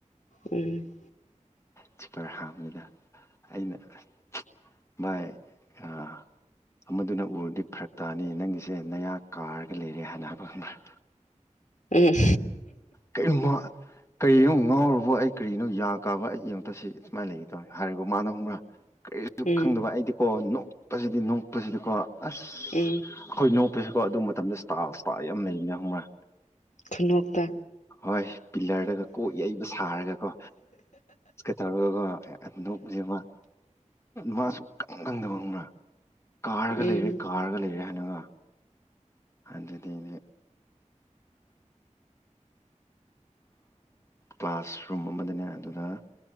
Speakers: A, on the left (about 70°); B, on the left (about 20°).
A: ꯎꯝ
B: ꯖꯤꯄꯔ ꯍꯥꯡꯕꯁꯤꯗ ꯑꯩꯅ ꯆꯥꯏ ꯑꯥ ꯑꯃꯗꯨꯅ ꯎꯔꯗꯤ ꯐꯔꯛ ꯇꯥꯅꯤ ꯅꯪꯒꯤꯁꯦ ꯅꯌꯥ ꯀꯥꯔꯒ ꯂꯩꯔꯦ ꯍꯥꯏꯅ ꯍꯥꯏꯕ ꯈꯪꯕꯔ
A: ꯎꯝ
B: ꯀꯔꯤ ꯀꯔꯤꯅꯣ ꯉꯥꯎꯨꯔꯕ ꯑꯩ ꯀꯔꯤꯅꯣ ꯌꯥ ꯀꯥꯕ ꯑꯩ ꯇ ꯁꯤ ꯁꯨꯃꯥꯏꯅ ꯂꯩꯈꯤꯗꯧ ꯍꯥꯏꯔꯔꯤꯕ ꯃꯥꯅ ꯍꯨꯝꯕ꯭ꯔꯥ ꯀꯔꯤꯁꯨ
A: ꯎꯝ
B: ꯈꯪꯗꯕ ꯑꯩꯗꯤ ꯀꯣ ꯅꯣꯛꯄꯁꯤꯗꯤ ꯅꯣꯛꯄꯁꯤꯗꯤꯀꯣ ꯑꯁ
A: ꯎꯝ
B: ꯑꯩꯈꯣꯏ ꯅꯣꯛꯄꯁꯤꯀꯣ ꯑꯗꯨ ꯃꯇꯝꯗ ꯏꯁꯇꯥꯇꯥ ꯌꯥꯝ ꯂꯩꯕꯅꯦ ꯈꯪꯕ꯭ꯔꯦ
A: ꯈꯨꯅꯣꯛꯇ
B: ꯍꯣꯏ ꯄꯤꯂꯔꯗꯒ ꯀꯣꯛ ꯌꯩꯕ ꯁꯥꯔꯒꯀꯣ ꯇꯧꯔꯒ ꯅꯁꯦ ꯃꯥ ꯃꯥꯁꯨ ꯏꯀꯪ ꯀꯪꯗ ꯃꯪꯅ ꯀꯥꯔꯒ
A: ꯎꯝ
B: ꯂꯩꯔꯦ ꯀꯥꯔꯒ ꯂꯩꯔꯦ ꯍꯥꯏꯅꯒ ꯍꯟꯖꯤꯗꯤꯅꯦ ꯀ꯭ꯂꯥꯁꯔꯨꯝ ꯑꯃꯗꯅꯦ ꯑꯗꯨꯗ